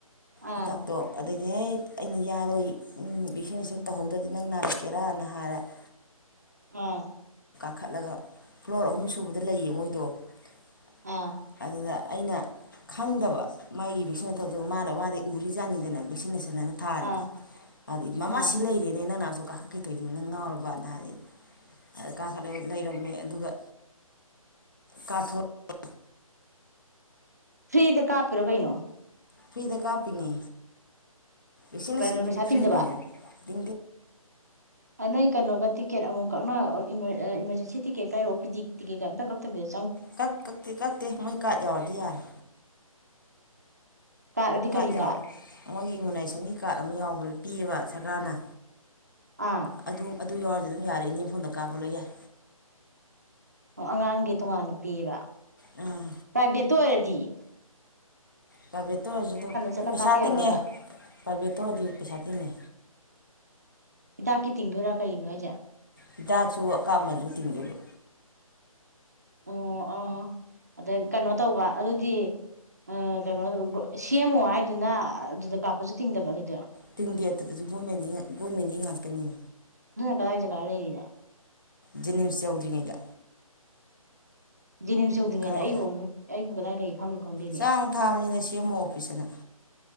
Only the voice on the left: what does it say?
ꯍꯤꯗꯥꯛꯇꯣ ꯑꯗꯩ <inaudible> ꯑꯦ ꯑꯩꯅ ꯌꯥꯔꯣꯏ ꯚꯦꯛꯁꯤꯅꯦꯁꯟ ꯇꯧꯍꯧꯗ꯭ꯔꯗꯤ ꯅꯪ ꯅꯥꯔꯛꯀꯦꯔꯥꯅ ꯍꯥꯏꯔꯦ <inaudible>
ꯈꯠꯂꯒ <inaudible> <unintelligible> ꯐ꯭ꯂꯣꯔ ꯑꯍꯨꯝ ꯁꯨꯕꯗ ꯂꯩꯌꯦ ꯃꯣꯏꯗꯣ
<inaudible> ꯑꯗꯨꯗ ꯑꯩꯅ ꯈꯪꯗꯕ ꯃꯥꯒꯤ ꯚꯦꯛꯁꯤꯅꯦ ꯇꯧꯗꯒ ꯃꯥꯅ ꯋꯥꯗꯤ ꯎꯔꯤꯖꯥꯅꯤꯗꯅ ꯚꯦꯛꯁꯤꯅꯦꯁꯟ ꯐꯖꯅꯅ ꯊꯥꯔꯤꯗꯣ
ꯑꯗꯨꯗꯤ ꯃꯃꯥ
ꯁꯤ ꯂꯩꯔꯦꯅꯦ ꯅꯪ ꯅꯁꯨ ꯀꯥ ꯀꯩꯗꯣꯏꯗꯣꯅꯪ ꯉꯥꯎꯔꯕꯅ ꯍꯥꯏꯗꯤ ꯑ ꯀꯥ ꯈꯜꯂꯦ ꯂꯩꯔꯝꯃꯦ ꯑꯗꯨꯒ ꯀꯥꯊꯣꯛꯑ
ꯐꯤꯗ ꯀꯥꯄꯤꯅꯤ ꯏꯁ ꯅꯁꯤꯅꯒꯗꯤ
ꯐ꯭ꯔꯤꯅꯤ
ꯗꯤ
ꯀꯛ ꯀꯛꯇꯦ ꯀꯛꯇꯦ ꯃꯣꯏ ꯀꯥ ꯌꯥꯎꯗꯤ ꯌꯥꯔꯦ
ꯀꯥꯔꯗ
ꯌꯥꯎ ꯃꯣꯏꯒꯤ ꯏꯃꯨꯅꯥꯏꯖꯦꯁꯟꯒꯤ ꯀꯥꯔꯗ ꯑꯃ ꯌꯥꯎꯕ ꯄꯤꯌꯦꯕ ꯁꯔꯀꯥꯔꯅ
ꯑꯗꯨ ꯑꯗꯨ ꯌꯥꯎꯔꯗꯤ ꯑꯗꯨꯝ ꯌꯥꯔꯦ ꯏꯅꯦꯐꯣꯟꯗ ꯀꯥꯞꯄ ꯂꯣꯏ ꯌꯥꯏ
ꯑꯥ
ꯄ꯭ꯔꯥꯏꯚꯦꯠꯇ ꯑꯣꯏꯔꯁꯨ ꯑꯗꯨ
ꯄꯩꯁꯥ
ꯇꯤꯡꯉꯦ ꯄ꯭ꯔꯥꯏꯚꯦꯠꯇ ꯑꯣꯏꯔꯗꯤ ꯄꯩꯁꯥ ꯇꯤꯡꯉꯦ
ꯍꯤꯗꯥꯛꯁꯨ ꯑꯀꯥꯝꯕꯟꯁꯨ ꯇꯤꯡꯗꯕ
ꯇꯤꯟꯒꯤꯠꯇꯗꯁꯨ ꯒꯣꯔꯃꯦꯟ ꯒꯣꯔꯃꯦꯟꯒꯤ ꯉꯥꯛꯇꯅꯤ
ꯖꯤꯅꯤꯝꯁ ꯌꯧꯗ꯭ꯔꯤꯉꯩꯗ
ꯈꯔ
ꯆꯥꯡ ꯊꯥꯕꯅꯤꯅ ꯁꯤ ꯑꯦꯝ ꯑꯣ ꯑꯣꯐꯤꯁꯅ